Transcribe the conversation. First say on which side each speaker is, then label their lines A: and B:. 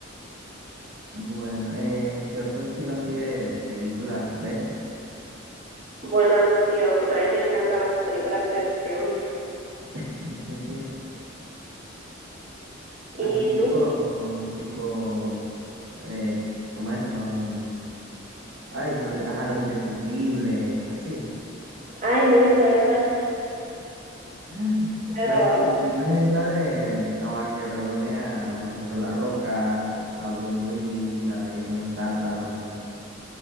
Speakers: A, on the right (about 80°); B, on the right (about 40°).
A: Bueno, eh, ¿qué otro estilo así de, de películas ves?
B: Buena acción. A mí me encantan las películas de acción.
A: <laughs>
B: <laughs>
A: Así tipo,
B: ¿Y tú?
A: tipo, eh, ¿cómo es? Los, mm, ay, se me olvidó. Ajá, los indestructibles, así.
B: Ay, no he visto esa,
A: ¡Ah!
B: pero
A: Los indestructibles es la de, ah, que reúne a, por ejemplo, a La Roca, a Bruce Willis, a Jason Statham.